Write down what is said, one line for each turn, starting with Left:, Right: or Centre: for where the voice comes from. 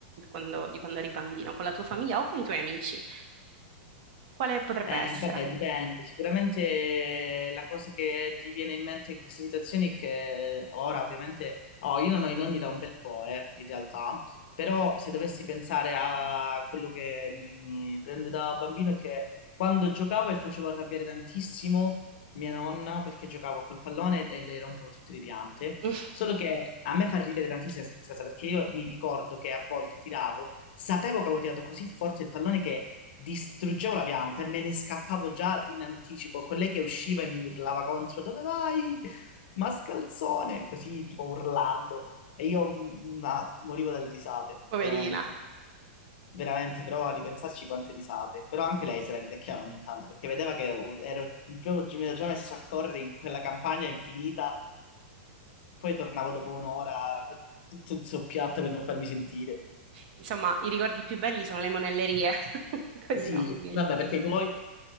Right: quando- di quando eri bambino, con la tua famiglia o con i tuoi amici, quale potrebbe
Left: Eh,
Right: essere?
Left: vabbè, dipende. Sicuramente la cosa che ti viene in mente in queste situazioni è che ora ovviamente... Oh, io non ho i nonni da un bel po', eh, in realtà, però
Right: Sì.
Left: se dovessi pensare a quello che mi, mi prende da bambino è che quando giocavo e facevo arrabbiare tantissimo mia nonna perché giocavo col pallone e le rompevo tutte le piante,
Right: <laughs>
Left: solo che a me fa ridere tantissimo questa cosa perché io mi ricordo che a volte tiravo, sapevo che avevo tirato così forte il pallone che distruggevo la pianta e me ne scappavo già in anticipo con lei che usciva e mi urlava contro dove vai? Mascalzone! Così tipo urlando e io mm, mm, ah, morivo dalle risate,
Right: Poverina.
Left: veramente. Veramente, però a ripensarci quante risate. Però anche lei se la ridacchiava ogni tanto perché vedeva che ero, ero proprio, mi ero già messo a correre in quella campagna infinita. Poi tornavo dopo un'ora tutto zoppiato per non farmi sentire.
Right: Insomma, i ricordi più belli sono le monellerie <laughs> con
Left: Sì,
Right: i nonni.
Left: vabbè, perché i tuoi?